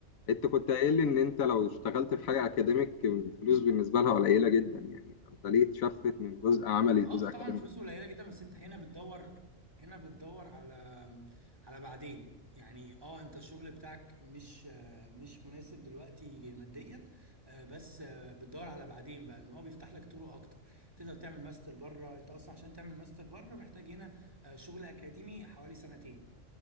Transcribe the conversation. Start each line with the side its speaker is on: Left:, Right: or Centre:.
Left: انت كنت قايل لي ان انت لو اشتغلت في حاجه اكاديميك الفلوس بالنسبه لها قليله جدا يعني فانت ليه تشفت من جزء عملي لجزء
Right: اه
Left: اكاديميك
Right: طبعا فلوسه قليله جدا بس انت هنا بتدور هنا بتدور على على بعدين يعني اه انت الشغل بتاعك مش آه، مش مناسب دلوقتي ماديا آه، بس آه، بتدور على بعدين بقى ان هو بيفتح لك طرق اكتر تقدر تعمل ماستر بره انت اصلا عشان تعمل ماستر بره محتاج هنا آه، شغل اكاديمي حوالي سنتين